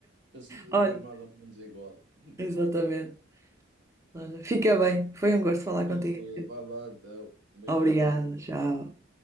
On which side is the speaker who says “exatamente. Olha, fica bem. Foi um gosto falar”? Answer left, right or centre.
Right